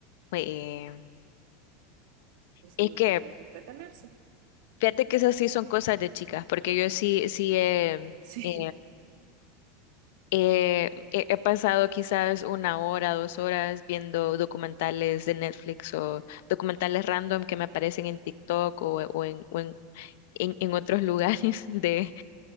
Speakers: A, on the left; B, on the right.
A: eh,
B: Pues sí,
A: es
B: uno
A: que,
B: tiene que entretenerse.
A: fíjate que esas sí son cosas de chicas, porque yo sí, sí he,
B: Sí,
A: eh, he, he- he pasado quizás una hora, dos horas viendo documentales de Netflix o documentales random que me aparecen en TikTok o, o en, o en, en- en otros lugares <laughs> de,